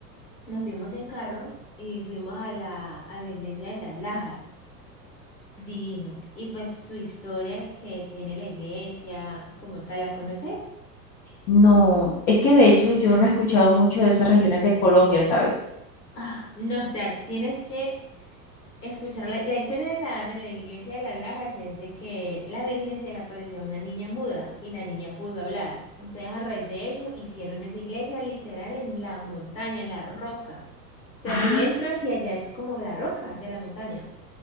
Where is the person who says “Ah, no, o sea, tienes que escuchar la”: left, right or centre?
Left